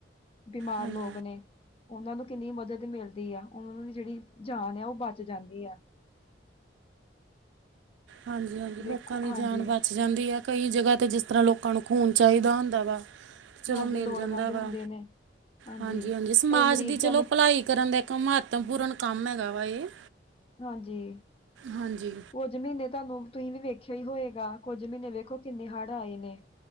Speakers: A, on the left (about 30°); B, on the right (about 85°).
A: ਬਿਮਾਰ
B: ਹਾਂਜੀ
A: ਲੋਕ ਨੇ। ਉਹਨਾਂ ਨੂੰ ਕਿੰਨੀ ਮਦਦ ਮਿਲਦੀ ਆ, ਉਹਨਾਂ ਦੀ ਜਿਹੜੀ ਜਾਨ ਆ ਉਹ ਬਚ ਜਾਂਦੀ ਹੈ।
B: ਹਾਂਜੀ-ਹਾਂਜੀ
A: ਦੇਖੋ
B: ਲੋਕਾਂ ਦੀ
A: ਹਾਂਜੀ
B: ਜਾਨ ਬਚ ਜਾਂਦੀ ਆ ਕਈ ਜਗ੍ਹਾ ਤੇ ਜਿਸ ਤਰ੍ਹਾਂ ਲੋਕਾਂ ਨੂੰ ਖੂਨ ਚਾਹੀਦਾ ਹੁੰਦਾ ਵਾ। ਚਲੋ
A: ਹਾਂਜੀ
B: ਮਿਲ
A: ਲੋੜਵੰਦ
B: ਜਾਂਦਾ ਵਾ
A: ਹੁੰਦੇ ਨੇ ਹਾਂਜੀ,
B: ਹਾਂਜੀ-ਹਾਂਜੀ ਸਮਾਜ
A: ਕਈ ਮਰੀਜ਼
B: ਦੀ
A: ਤੁਹਾਨੂੰ
B: ਚਲੋ ਭਲਾਈ ਕਰਨ ਦਾ ਇੱਕ ਮਹੱਤਵਪੂਰਨ ਕੰਮ ਹੈਗਾ ਵਾ ਇਹ।
A: ਹਾਂਜੀ
B: ਹਾਂਜੀ
A: ਕੁੱਝ ਮਹੀਨੇ ਤੁਹਾਨੂੰ ਤੁਸੀਂ ਵੀ ਵੇਖਿਆ ਹੀ ਹੋਏਗਾ ਕੁੱਝ ਮਹੀਨੇ ਵੇਖੋ ਕਿੰਨੇ ਹੜ੍ਹ ਆਏ ਨੇ।